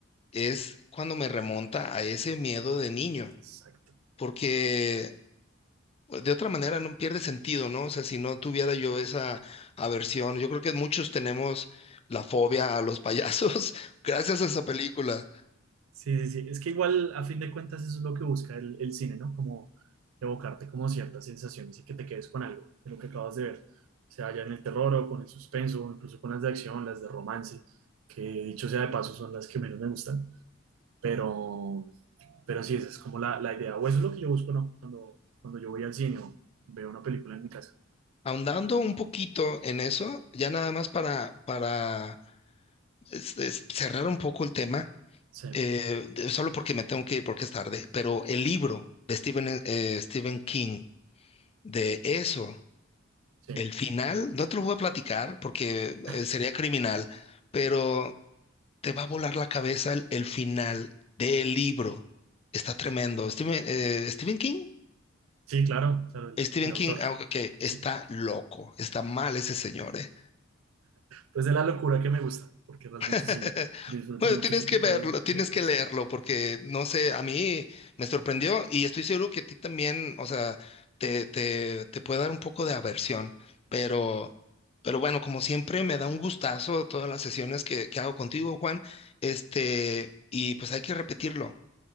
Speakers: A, on the left (about 30°); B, on the right (about 85°).
A: es cuando me remonta a ese miedo de niño,
B: Exacto.
A: porque pues, de otra manera no pierde sentido, ¿no? O sea, si no tuviera yo esa aversión, yo creo que muchos tenemos la fobia a los payasos <laughs> gracias a esa película.
B: Sí, sí, sí. Es que igual, a fin de cuentas, eso es lo que busca el, el cine, ¿no? Como evocarte como ciertas sensaciones y que te quedes con algo de lo que acabas de ver. O Sea ya en el terror o con el suspenso, o incluso con las de acción, las de romance, que dicho sea de paso son las que menos me gustan. Pero, pero sí, esa es como la, la idea. O eso es lo que yo busco, ¿no? Cuando, cuando yo voy al cine o veo una película en mi casa.
A: Ahondando un poquito en eso, ya nada más para, para es- es- cerrar un poco el tema,
B: Sí,
A: eh, de- solo porque me tengo que ir porque es tarde, pero el libro de Stephen, eh, eh, Stephen King, de eso,
B: sí.
A: el final, no te lo voy a platicar porque
B: <laughs>
A: eh, sería criminal, pero te va a volar la cabeza el, el final del libro. Está tremendo. Stephen, eh, Stephen King,
B: Sí, claro, claro, el,
A: Stephen
B: el autor.
A: King, ah, ok, ok, está
B: Sí.
A: loco, está mal ese señor, ¿eh?
B: Pues de la locura que me gusta, porque realmente
A: <laughs>
B: sí disfruto
A: Bueno,
B: mucho
A: tienes
B: ese
A: que
B: tipo
A: verlo,
B: de,
A: tienes
B: de libros.
A: que leerlo, porque no sé, a mí me sorprendió y estoy seguro que a ti también, o sea, te, te, te puede dar un poco de aversión, pero, pero bueno, como siempre, me da un gustazo todas las sesiones que, que hago contigo, Juan, este, y pues hay que repetirlo.